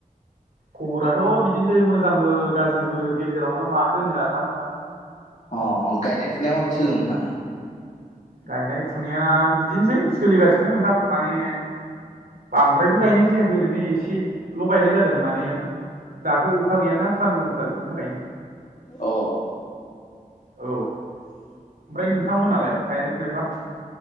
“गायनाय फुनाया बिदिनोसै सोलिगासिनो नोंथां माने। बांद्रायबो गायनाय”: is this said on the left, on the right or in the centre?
Right